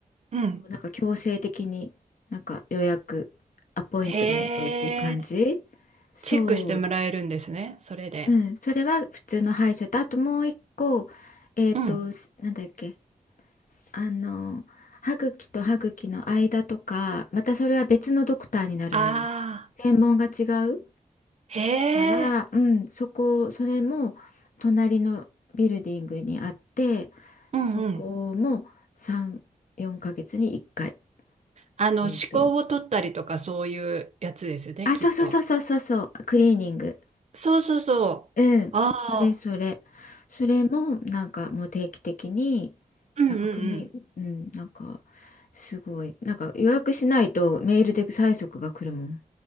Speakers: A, on the right; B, on the left.
A: うん
B: なんか強制的になんか予約アポイントメントっていう感じ
A: へえ、
B: そ
A: チェックしてもらえるんですね、それで。
B: ううんそれは普通の歯医者とあともう一個えっとなんだっけ
A: うん。
B: あの歯茎と歯茎の間とかまたそれは別のドクターになるのよ
A: ああ、
B: 専門が違う
A: へえ、
B: からうんそこそれも隣のビルディングにあってそこも3、
A: うんうん。
B: 4ヶ月に1回
A: あの、
B: えっと
A: 思考を取ったりとかそういうやつですね、
B: あ、
A: きっと。
B: そうそうそうそうそうそう、クリーニング。
A: そうそうそう。
B: うん、
A: ああ、
B: それそれ。それもなんかもう定期的に、
A: うんうんうん。
B: なんか組、うん、なんかすごい、なんか予約しないとメールで催促が来るもん。